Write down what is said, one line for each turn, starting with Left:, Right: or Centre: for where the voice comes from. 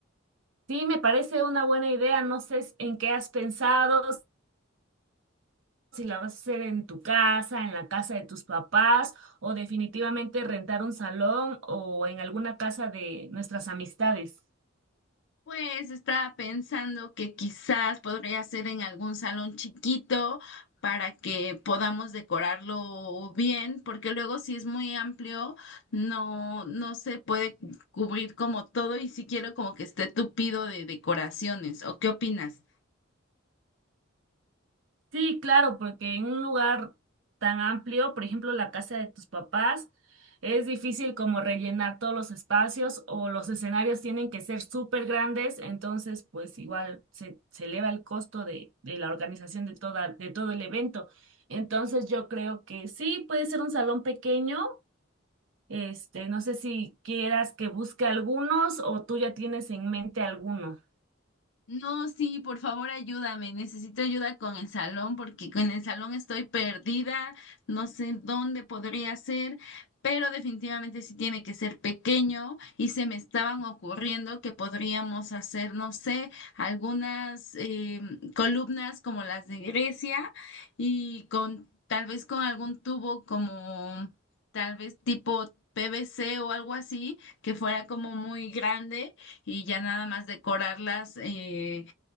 Right: Sí, me parece una buena idea, no sé s- en qué has pensado, si la vas a hacer en tu casa, en la casa de tus papás o definitivamente rentar un salón o en alguna casa de nuestras amistades.
Left: Pues estaba pensando que quizás podría ser en algún salón chiquito para que podamos decorarlo bien, porque luego si es muy amplio no, no se puede cubrir como todo y si quiero como que esté tupido de decoraciones. ¿O qué opinas?
Right: Sí, claro, porque en un lugar tan amplio, por ejemplo, la casa de tus papás, es difícil como rellenar todos los espacios o los escenarios tienen que ser súper grandes, entonces pues igual se, se eleva el costo de, de la organización de toda, de todo el evento. Entonces yo creo que sí, puede ser un salón pequeño, este, no sé si quieras que busque algunos o tú ya tienes en mente alguno.
Left: No, sí, por favor ayúdame. Necesito ayuda con el salón porque con el salón estoy perdida, no sé dónde podría ser, pero definitivamente sí tiene que ser pequeño y se me estaban ocurriendo que podríamos hacer, no sé, algunas eh, columnas como las de Grecia y con tal vez con algún tubo como tal vez tipo PVC o algo así que fuera como muy grande y ya nada más decorarlas eh,